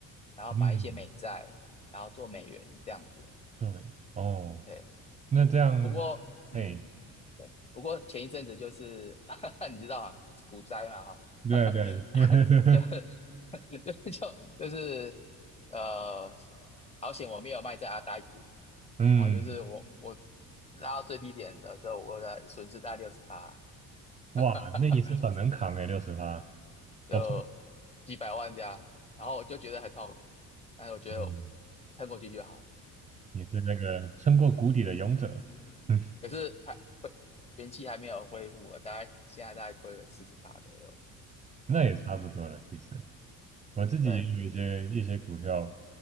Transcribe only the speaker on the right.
嗯，
对，哦，
那这样，
嘿，
对对，
<laughs>
嗯，
哇，那你是很能扛哎，六十趴，
不错，
嗯，
你是那个撑过谷底的勇者，<laughs> 嗯，
那也差不多了，
其实。我自己也有一些一些股票，